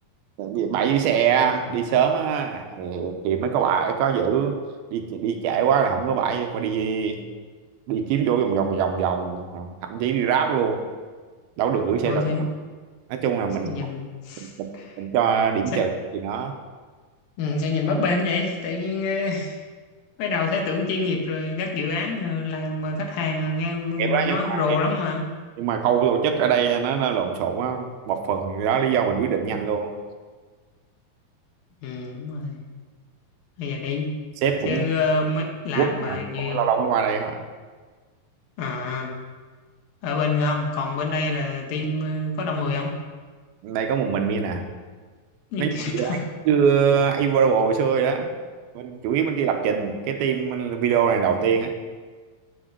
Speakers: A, on the right; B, on the left.
A: Tại vì bãi giữ xe đi sớm á thì, thì mới có bãi có giữ đi đi trễ quá là không có bãi phải đi đi kiếm chỗ vòng vòng vòng vòng thậm chí đi Grab luôn đâu được gửi xe
B: ôi
A: rồi
B: sao,
A: nói chung là mình
B: sao nhìn
A: mình, mình,
B: <laughs>
A: mình cho điểm
B: sao,
A: trừ thì nó
B: ừ, sao nhìn bấp bênh vậy tự nhiên ờ, mới đầu thấy tưởng chuyên nghiệp rồi các dự án ờ, làm mà khách hàng ờ, nghe
A: kịp á
B: nói
A: nhưng mà
B: rồ lắm mà
A: nhưng mà khâu tổ chức ở đây nó, nó lộn xộn á một phần đó lý do mình quyết định nhanh luôn
B: ừ đúng rồi bây giờ đi
A: sếp
B: chứ
A: cũng
B: ờ, mới làm
A: quốc
B: mà
A: mà
B: như
A: cũng lâu lâu mới qua đây thôi
B: à ở bên không còn bên đây là team ờ, có đông người không
A: đây có một mình mi nè
B: <laughs> như
A: nó
B: kiểu đó.
A: chưa Available xưa rồi đó mình chủ yếu bên kia lập trình cái team video này đầu tiên á